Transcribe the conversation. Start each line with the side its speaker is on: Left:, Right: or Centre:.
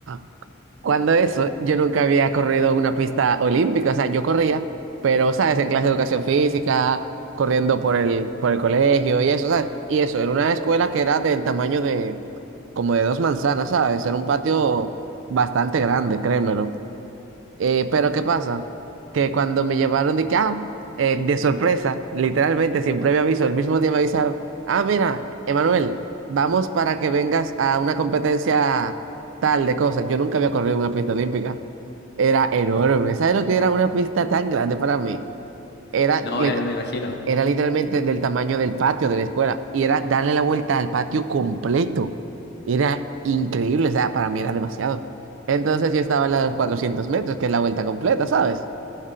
Right: <clears throat> cuando eso, yo nunca había corrido una pista olímpica, o sea, yo corría, pero, ¿sabes? En clase de educación física, corriendo por el, por el colegio y eso, ¿sabes? Y eso, era una escuela que era del tamaño de, como de dos manzanas, ¿sabes? Era un patio bastante grande, créemelo. Eh, pero ¿qué pasa? Que cuando me llevaron de que, ah, eh, de sorpresa, literalmente sin previo aviso, el mismo día me avisaron, ah, mira, Emanuel, vamos para que vengas a una competencia tal de cosas. Yo nunca había corrido en una pista olímpica. Era enorme. ¿Sabes lo que era una pista tan grande para mí? Era,
Left: No,
Right: lit-
Left: eh, me imagino.
Right: era literalmente del tamaño del patio de la escuela y era darle la vuelta al patio completo. Era increíble, o sea, para mí era demasiado. Entonces yo estaba en la de los 400 metros, que es la vuelta completa, ¿sabes?